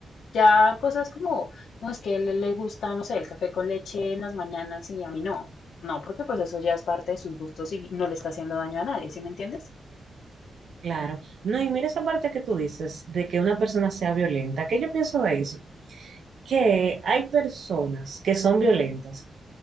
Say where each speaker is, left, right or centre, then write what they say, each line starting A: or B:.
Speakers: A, on the left; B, on the right.
A: Ya cosas como, no, es que a él le gusta, no sé, el café con leche en las mañanas y a mí no. No, porque pues eso ya es parte de sus gustos y no le está haciendo daño a nadie, ¿sí me entiendes?
B: Claro. No, y mira esa parte que tú dices de que una persona sea violenta. ¿Qué yo pienso de eso? Que hay personas que son violentas